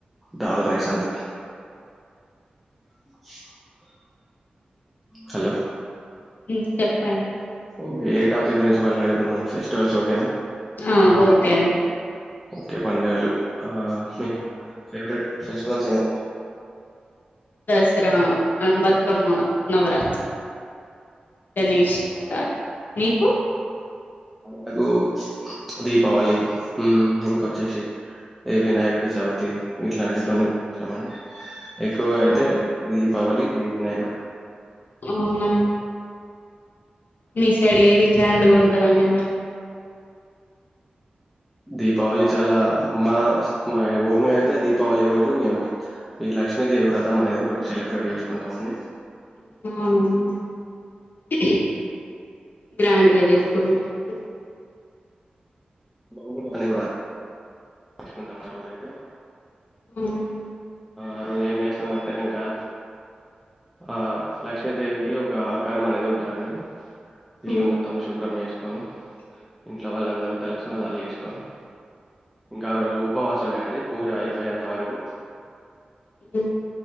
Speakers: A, in the centre; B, on the left.
A: దాల్ రైస్ అంత. <unintelligible> హలో
B: మీరు చెప్పండి.
A: ఓకే ఏ టాపిక్ గురించి మాట్లాడుకుందం ఫెస్టివల్స్ ఓకేనా.
B: ఆ ఓకే అండి.
A: ఓకే పడుగలు ఆ మీకు ఫేవరెట్. ఫెస్టివల్స్ ఏమైనా
B: దసరా, బతుకమ్మ, నవరాత్రి. గణేష్ నవరాత్రి నీకు.
A: నాకు దీపావళి, హ్మ్ ఇంకొచ్చేసి. ఏ వినాయకడి చవితి. ఇట్లా అంటివి కొన్ని
B: మ్మ్,
A: కొన్ని ఇష్టం అండి, ఎక్కువగా అయితే
B: అవును.
A: ఈ దీపావళి ఈ వినాయక.
B: <unintelligible> మీ సైడ్ ఏది గ్రాండ్ గా ఉంటందండి మరి.
A: దీపావళి చాలా మా మా ఓన్ గా అయితే దీపావళి రోజు మేము. ఈ లక్ష్మీదేవి వ్రతం అనేది ఒకటి సెలబ్రేట్ చేసుకుంటాం అండి.
B: <unintelligible> ఏంటి గ్రాండ్ గా చేసుకుంటారా అండి.
A: <unintelligible>
B: ఉమ్
A: ఆ రోజు ఏం చేస్తామంటే ఇంకా. ఆ లక్ష్మీదేవికి ఒక ఆకారం అనేది ఉంటాది అండి. ఇల్లు
B: మ్మ్.
A: మొత్తం శుభ్రం వేసుకొని ఇంట్లో వాళ్ళ. అందరు తలస్నానాలు చేసుకొని. ఇంకా రోజు ఉపవాసమే అండి పూజ అయిపోయేంత వరకు.
B: హ్మ్.